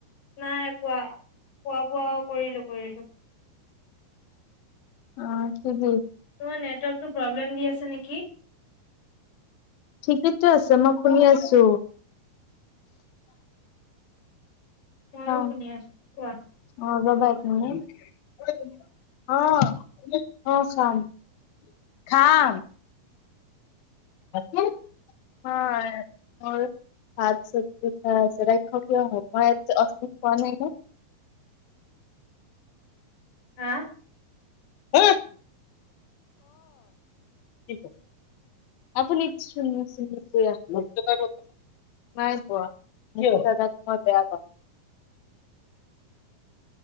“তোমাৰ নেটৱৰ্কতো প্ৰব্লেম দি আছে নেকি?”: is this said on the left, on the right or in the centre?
Left